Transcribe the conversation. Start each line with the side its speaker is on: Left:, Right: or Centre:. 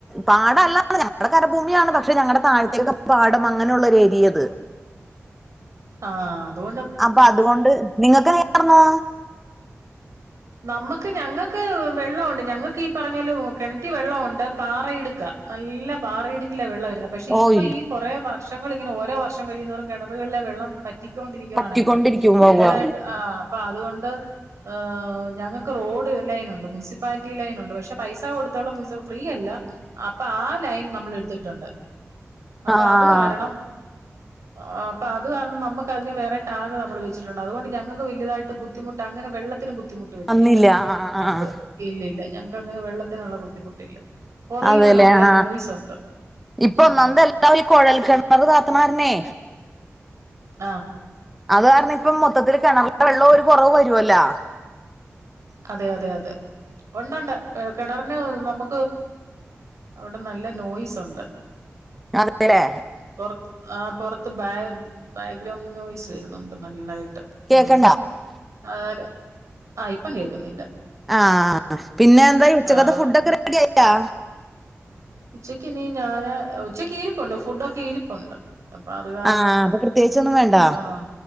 Centre: പാടല്ല ആ ഞങ്ങളുടെ കരഭൂമിയാണ് പക്ഷെ ഞങ്ങളുടെ താഴ്ത്തേക്കെ പാടം അങ്ങനെയുള്ളൊരു എരിയത്
Right: ആഹതോ
Centre: അപ്പൊ അതുകൊണ്ട് നിങ്ങക്ക് നേർന്നോ
Right: നമുക്ക് ഞങ്ങൾക്ക് വെള്ളംഉണ്ട് ഞങ്ങൾക്ക് ഈ പറഞ്ഞല കിണറ്റി വെള്ളംഉ ണ്ട് പാറയിടുക്കാംല്ല ല്ല പാറയിടിക്കില്ല വെള്ളം പക്ഷെ ഇപ്പൊ
Centre: ഓയ്
Right: ഈ കുറേ വർഷങ്ങൾ ഇങ്ങന ഓരോ വർഷം കഴിയുന്നോറും കിണവുകളിലെ വെള്ളം പറ്റിക്കൊണ്ടിരിക്കുകവാണല്ലോ
Centre: പറ്റിക്കൊണ്ടിരിക്കും വവ്വാ
Right: വലുതായിട്ട് ആ അപ്പൊ അതുകൊണ്ട് ഹ് ഞങ്ങൾക്ക് റോഡ് ലൈനുണ്ട് മുസിപ്പാലിറ്റി ലൈനുണ്ട് പക്ഷെ പൈസ കൊടുത്തുള്ള മു ഫ്രീയല്ല അപ്പൊ ആ ലൈൻ നമ്മൾ എടുത്തിട്ടുണ്ട് അപ്പൊ
Centre: ആഹ്
Right: അത് കാരണം ഉ ആ അപ്പ അത് കാരണം നമു അതിന് വേറെടാങ്ക് നമ്മൾ വെച്ചിട്ടുണ്ട് അതു കൊണ്ട് ഞങ്ങൾക്ക് വലതായിട്ട് ബുദ്ധിമുട്ട് അങ്ങനെ വെള്ളന് ബ ബുദ്ധിമുട്ട് വടുത്തില്ല
Centre: വന്നില്ല ആഹ്
Right: ഞങ്ങക്ക്
Centre: ആഹ്
Right: ഇല്ലില്ല ഞങ്ങക്ക് അങ്ങനെ വെള്ളത്തിനുള്ള ബുദ്ധിമുട്ടില്ല കൊറയുന്നു
Centre: അതെല്ലേ
Right: നല്ല
Centre: ആഹ്
Right: നോയ്സ് ഉണ്ട്
Centre: ഇപ്പൊ
Right: ഉം
Centre: ഒന്നന്തെല്ലാം ഈ കുഴൽ കിണറ് കാത്തനരനെ
Right: ആഹ
Centre: അത് കാരണം ഇപ്പ മൊത്തത്തില്ൽ കിണറില വെള്ളം ഒരു കുറവ് വരുവല്ലോ
Right: അതെ അതെ അതെ ഉണ്ടണ്ട് കിണറിന് നമുക്ക് അവിടെ നല്ല നോയ്സ് ഉണ്ട്
Centre: അതെല്ലേ
Right: പുറത്ത് ആ പുറത്ത് ബാ ബാക്ക്ഗ്രൗണ്ട് നോയിസ് വരുന്നുണ്ട് നല്ലതായിട്ട് ഉ
Centre: കേക്കണ്ട
Right: ആ ആ ഇപ്പം കേൾക്കുന്നില്ല
Centre: ആഹ പിന്നെ എന്തായി ഉച്ചകത്തെ
Right: ആഹ്
Centre: ഫുഡ ഒക്കെ റെഡി ആയാ
Right: ഉച്ചക്ക് ഞാൻ ഞാന് ഉച്ചയ്ക്ക് ഇരിപ്പുണ്ട് ഫുഡൊക്കെ ഇരിപ്പുണ്ട് അപ്പൊ അത് കാരണം
Centre: ആ അപ്പൊ പ്രത്യേകിച്ചൊന്നും വേണ്ട
Right: ആഹ